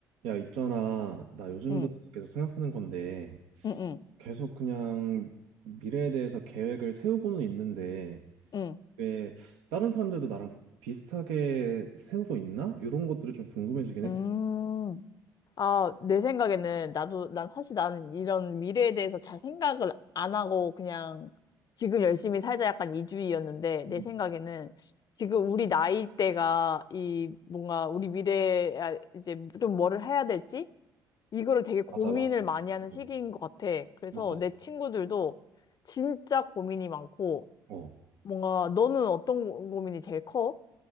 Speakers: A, on the right; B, on the left.
A: 야, 있잖아. 나 요즘
B: 응,
A: 들어 계속 생각하는 건데,
B: 응, 응,
A: 계속 그냥 미래에 대해서 계획을 세우고는 있는데,
B: 응.
A: 왜 다른 사람들도 나랑 비슷하게 세우고 있나? 이런 것들이 좀 궁금해지긴 했거든.
B: 음. 아, 내 생각에는 나도, 난 사실 난 이런 미래에 대해서 잘 생각을 안 하고 그냥 지금 열심히 살자 약간 이주의였는데 내
A: 음,
B: 생각에는 지금 우리 나이 대가 이 뭔가 우리 미래에 아, 이제 좀 뭐를 해야 될지 이거를 되게 고민을
A: 맞아, 맞아.
B: 많이 하는
A: 어,
B: 시기인 것 같아. 그래서
A: 맞아.
B: 내 친구들도 진짜 고민이 많고
A: 어,
B: 뭔가 너는 어떤 고민이 제일 커?